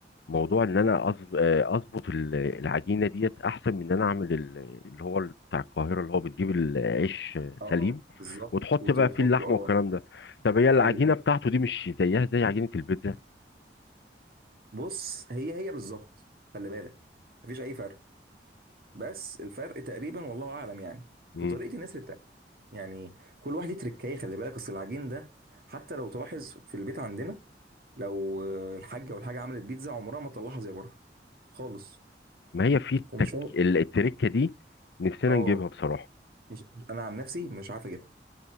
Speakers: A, on the left (about 75°); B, on the right (about 55°).
A: موضوع ان انا أظ- آه، اظبط ال- العجينة ديت احسن من ان انا اعمل ال- اللي هو ال- بتاع القاهرة اللي هو بتجيب العيش آه،
B: اه
A: سليم
B: بالظبط
A: وتحط
B: وت-
A: بقى
B: وحطه
A: فيه اللحمة
B: اه
A: والكلام ده طب هي العجينة
B: ايوه
A: بتاعته دي مش زيها زي عجينة البيتزا
B: بص هي هي بالظبط خلي بالك مفيش اي فرق بس الفرق تقريبا والله اعلم يعني
A: مم.
B: في طريقه النسر بتاعتك يعني كل واحد ليه تركايه خلي بالك اصل العجين ده حتى لو تلاحظ في البيت عندنا لو آه، الحاجه والحاجه عملت بيتزا عمرها ما تطلعها زي بره خالص
A: ما هي في التك...
B: ومش هو-
A: التركة دي نفسنا
B: اه
A: نجيبها بصراحة
B: مش مش- انا عن نفسي مش عارف اجيبها